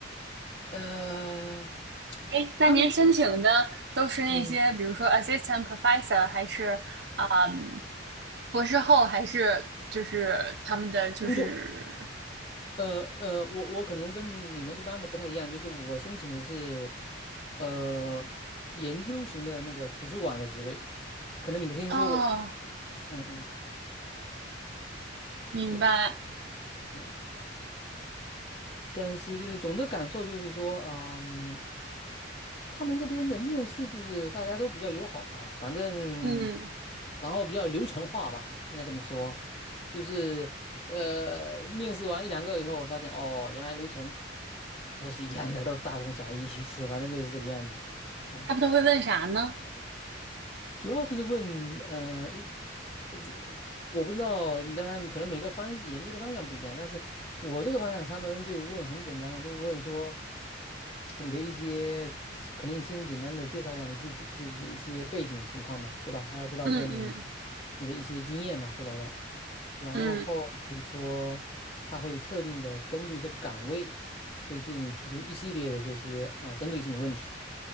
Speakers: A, on the left (about 30°); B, on the right (about 60°).
A: 呃，
B: 哎，那您申请的都是那些，
A: 他们是嗯，
B: 比如说 assistant professor，还是嗯博士后，还是就是他们的就是
A: 工作。呃呃，我我可能跟你们一般的不太一样，就是我申请的是，呃，研究型的那个图书馆的职位，可能你没听说过，
B: 哦，
A: 嗯嗯，
B: 明白，
A: 对，嗯，但是就是总的感受就是说，呃嗯、他们这边的面试就是大家都比较友好嘛，反正
B: 嗯，
A: 然后比较流程化吧，应该这么说，就是呃，面试完一两个以后，我发现哦，原来流程都是一样的，都是大同小异，<laughs> 是反正就是这个样子，啊，
B: 他们都会问啥呢？
A: 主要就是问呃一呃我不知道，当然可能每个方研究的方向不一样，但是我这个方向他们就问很简单啊，就问说。你的一些，肯定先简单的介绍一下你自己自己的一些背景情况嘛，对吧？他要知道说你
B: 嗯嗯
A: 你的一些经验嘛，说白了，然后就是说他会特定的针对这个岗位，
B: 嗯
A: 会对你提出一系列的这些啊针对性的问题，